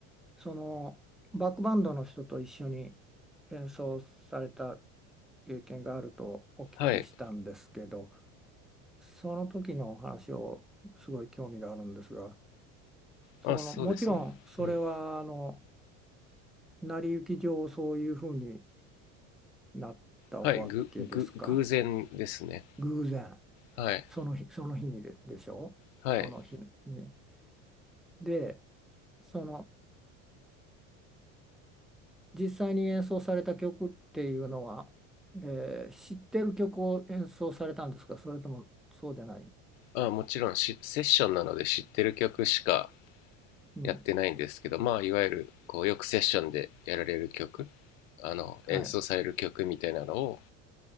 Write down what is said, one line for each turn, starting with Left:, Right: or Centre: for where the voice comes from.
Centre: その、バックバンドの人と一緒に演奏された経験があるとお聞きしたんですけど、
Left: はい
Centre: その時のお話をすごい興味があるんですが、その、
Left: あそうですね。
Centre: もちろんそれは、
Left: うん
Centre: あの、成り行き上そういうふうになったわけですか
Left: はい、ぐ、ぐ、偶然ですね。
Centre: 偶然
Left: はい。
Centre: その日その日にで、でしょその日に。
Left: はい。
Centre: でその実際に演奏された曲っていうのは、えー知ってる曲を演奏されたんですかそれともそうじゃない、
Left: あ、もちろんし、セッションなので知ってる曲しか
Centre: うん、
Left: やってないんですけど、まあ、いわゆる、こう、よくセッションでやられる曲、あの、
Centre: はい。
Left: 演奏される曲みたいなのを、